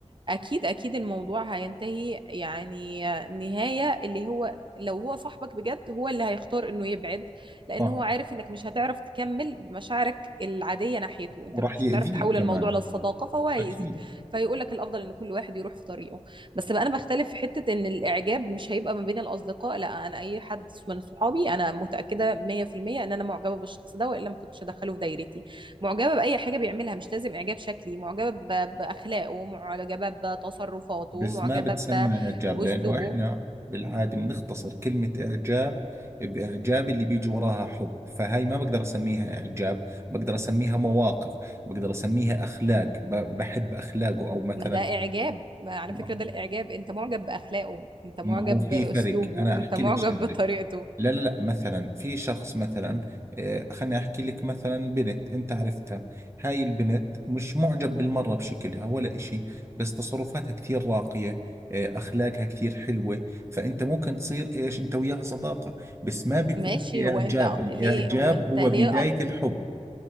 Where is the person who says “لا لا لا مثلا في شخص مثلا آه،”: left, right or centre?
Right